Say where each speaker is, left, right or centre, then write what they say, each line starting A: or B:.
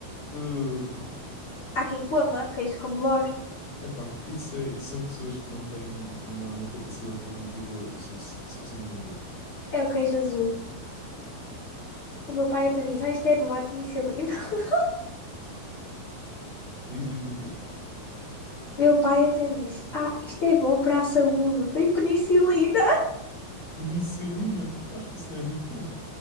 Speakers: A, on the left; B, on the left.
A: Urgh.
B: Há quem coma queijo com bolor.
A: Epá, isso, é, isso são pessoas que não têm uma, uma capacidade cognitiva o sufici- suficientemente boa.
B: É o queijo azul. O meu pai até diz, ah, isto é bom, é penicilina. <laughs>
A: Diz, diz, diz, diz.
B: Meu pai até diz, ah, isto é bom para a saúde, tem penicilina.
A: Penicilina. Eu acho que isso não é muito bom.